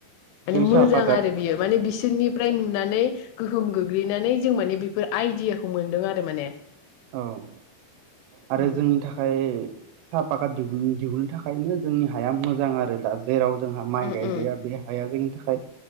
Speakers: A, on the left; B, on the right.
A: माने
B: जेरै
A: मोजां
B: साहा पागाद
A: आरो बियो। माने बिसोरनि फ्राय नुनानै गोहोम गोग्लैनानै जों माने बेफोर आइदियाखौ मोनदों आरो माने।
B: औ। आरो
A: उम
B: जोंनि थाखाय साहा फाखा दिहुन दिहुननो थाखायनो जोंनि हाया मोजां आरो दा। जेराव जोंहा माइ
A: उम
B: गायजाया
A: उम
B: बे हाया जोंनि थाखाय